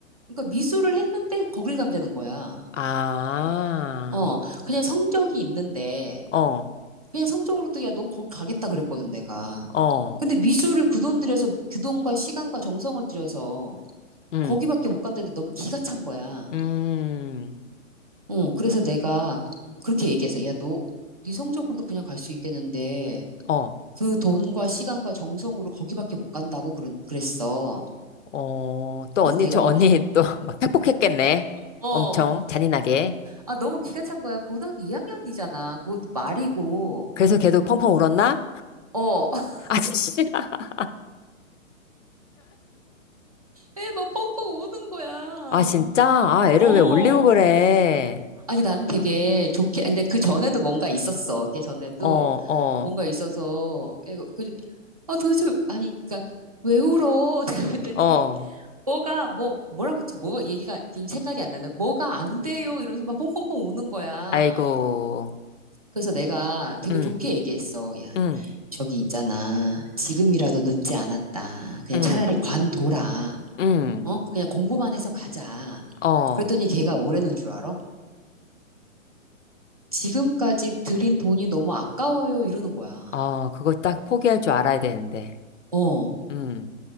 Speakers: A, on the right (about 30°); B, on the left (about 65°).
A: 그러니까 미술을 했는데 거길 간다는 거야.
B: 아.
A: 어, 그냥 성적이 있는데
B: 어.
A: 그냥 성적으로도 야, 넌 거기 가겠다 그랬거든 내가.
B: 어.
A: 근데 미술을 그 돈 들여서 그 돈과 시간과 정성을 들여서
B: 음.
A: 거기밖에 못 간다는데 너무 기가 찬 거야.
B: 음.
A: 어, 그래서 내가 그렇게 얘기해서 야, 너 네 성적으로도 그냥 갈 수 있겠는데
B: 어.
A: 그 돈과 시간과 정성으로 거기밖에 못 간다고 그랬, 그랬어.
B: 어, 또
A: 그래서
B: 언니,
A: 내가
B: 저
A: 막
B: 언니
A: 퍼,
B: <laughs> 또 막 팩폭했겠네.
A: 어,
B: 엄청 잔인하게.
A: 아, 너무 기가 찬 거야. 고등학교 2학년이잖아. 그것도 말이고.
B: 그래서 걔도 펑펑 울었나?
A: 어. <laughs>
B: 아, 진짜. <laughs>
A: 에, 막 펑펑 우는 거야.
B: 아, 진짜? 아, 애를
A: 어,
B: 왜 울리고 그래.
A: 아니, 나는 되게 좋게, 근데 그 전에도 뭔가 있었어. 걔 전에도
B: 어, 어,
A: 뭔가 있어서, 얘가, 그, 아, 도대체, 아니, 그니까, 왜 울어? <laughs> 그랬더니,
B: 어.
A: 뭐가, 뭐, 뭐라고 했지? 뭐가 얘기가, 지금 생각이 안 나네. 뭐가 안 돼요? 이러면서 막 펑펑펑 우는 거야.
B: 아이고.
A: 그래서 내가 되게
B: 응,
A: 좋게 얘기했어. 야,
B: 응,
A: 저기 있잖아. 지금이라도 늦지 않았다. 그냥
B: 응,
A: 차라리 관둬라.
B: 응.
A: 어? 그냥 공부만 해서 가자.
B: 어,
A: 그랬더니 걔가 뭐라는 줄 알아? 지금까지 들인 돈이 너무 아까워요. 이러는 거야.
B: 어. 그걸 딱 포기할 줄 알아야 되는데.
A: 어.
B: 응,